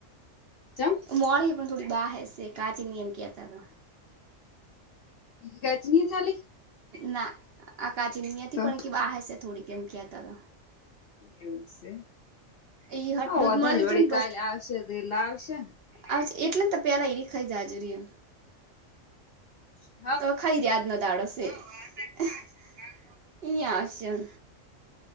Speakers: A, on the left; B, on the right.
A: જપ
B: મોડીીએ પણ થોડી બાહ હશે કાચી નિ એમ કહેતા હતા
A: ગખક ક જની થાલી
B: ના અકાચીની હતી
A: તો
B: પણ કે બહાર છે થોડી કેમ ક હતા હતા
A: એવું છે
B: ઈ હટ
A: હ
B: દૂધ
A: વધો
B: મળી
A: નને વળી
B: ગયું
A: કાલે આવશે રેલા આવશેને
B: આવે એટલેને તો પહેલા એ ર ખાઈ જ હજુરીએ
A: હમ
B: અ ખાઈ યાજ ન દાડશે અહીં હશે એમ